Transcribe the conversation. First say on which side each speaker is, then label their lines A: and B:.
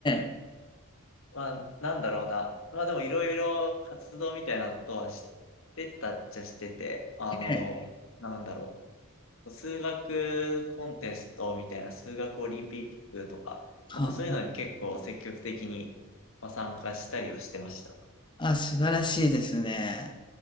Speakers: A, on the left; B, on the left.
A: え、
B: まあ、なんだろうな。まあでもいろいろ活動みたいなことはしてたっちゃしてて、あの、
A: ええ。ええ
B: なんだろう。そう数学コンテストみたいな数学オリンピックとか、まあ、
A: は
B: そういうのに結構積極的に、まあ、参加したりはしてました。
A: あ、素晴らしいですね。